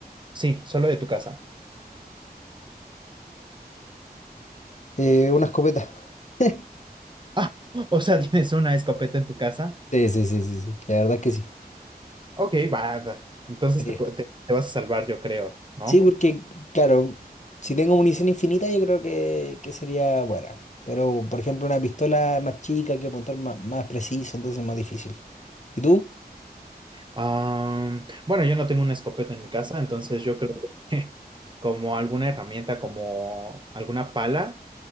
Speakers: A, on the right; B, on the left.
A: Sí, solo de tu casa.
B: Eh, una escopeta. <laughs>
A: Ah, <laughs> o sea, ¿tienes una escopeta en tu casa?
B: Sí, sí, sí, sí, sí, la verdad es que sí.
A: Ok, va. va. Entonces
B: Sí,
A: te, pu- te- te vas a salvar, yo creo, ¿no?
B: Sí, porque, claro, si tengo munición infinita, yo creo que, que sería buena. Pero, por ejemplo, una pistola más chica, hay que apuntar más, más preciso, entonces es más difícil. ¿Y tú?
A: Am, bueno, yo no tengo una escopeta en mi casa, entonces yo creo que <laughs> como alguna herramienta, como alguna pala,